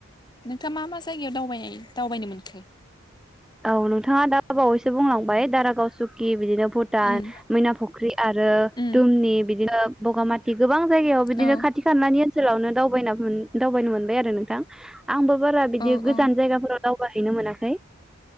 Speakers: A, on the left (about 20°); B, in the centre.
A: दा मा मा जायगायाव दावबाय दावबायनो मोनखो?
B: औ नोंथाङा दा बावैसो बुंलांबाय दारागाव, सुकि बिदिनो भुटान,
A: उम
B: मैना फुख्रि, आरो
A: उम
B: दुमनि बिदिनो बगा माथि। गोबां जायगायाव बिदिनो
A: औ
B: खाथि खालानि ओनसोलावनो दावबाय दावबायनो मोन बाय आरो नोंथां आंबो बारा बिदि
A: औ
B: गोजान
A: औ
B: जायगाफोराव दावबायहैनो मोनाखै।